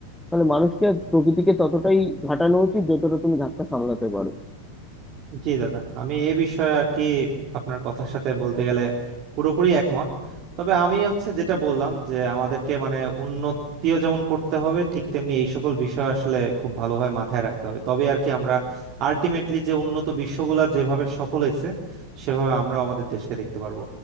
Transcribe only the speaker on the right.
জি দাদা আমি এ বিষয়ে আর কি আপনার কথার সাথে বলতে গেলে পুরোপুরি একমত তবে আমি হচ্ছে যেটা বললাম যে আমাদেরকে মানে উন্নতিও যেমন করতে হবে ঠিক তেমনি এই সকল বিষয় আসলে খুব ভালোভাবে মাথায় রাখতে হবে তবে আর কি আমরা আলটিমেটলি যে উন্নত বিশ্বগুলা যেভাবে সফল হয়েছে সেভাবে আমরা আমাদের দেশকে দেখতে পারবো